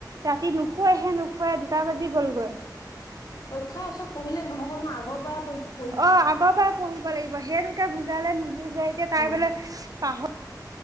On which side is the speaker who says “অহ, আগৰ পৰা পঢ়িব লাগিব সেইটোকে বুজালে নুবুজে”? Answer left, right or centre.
Right